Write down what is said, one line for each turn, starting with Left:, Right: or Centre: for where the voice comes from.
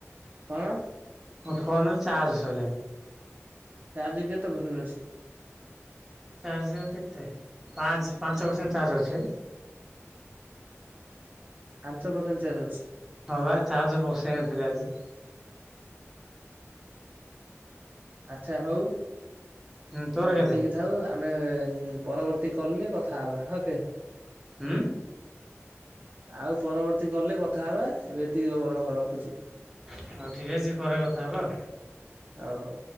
Right: କଣ?
Centre: ମୋ ଫୋନ୍‌ ଚାର୍ଜ ସଇଲାଣି।
Right: ଚାର୍ଜ କେତେ ପରସେଣ୍ଟ ଅଛି?
Centre: ଚାର୍ଜ କେତେ? ପାଞ୍ଚ, ପାଞ୍ଚ ପସେଣ୍ଟ ଚାର୍ଜ ଅଛି।
Right: ପାଞ୍ଚ ପସେଣ୍ଟ ଚାର୍ଜ ଅଛି।
Centre: ହଁ, ବା, ଚାର୍ଜ ବସେଇ ନଥିଲି ଆଜି।
Right: ଆଚ୍ଛା, ହଉ।
Centre: ହୁଁ ତୋର
Right: ଏତିକି
Centre: କେତେ
Right: ଥାଉ, ଆମେ ପରବର୍ତ୍ତୀ କଲ୍ ରେ କଥା ହବା, ଓକେ।
Centre: ହୁଁ।
Right: ଆଉ ପରବର୍ତ୍ତୀ କଲ୍ ରେ କଥା ହବା, ଏବେ ଏତିକି ର- ରହ- ରଖୁଛି।
Centre: ହଉ, ଠିକ୍ ଅଛି, ପରେ କଥା ହବା।
Right: ହଉ।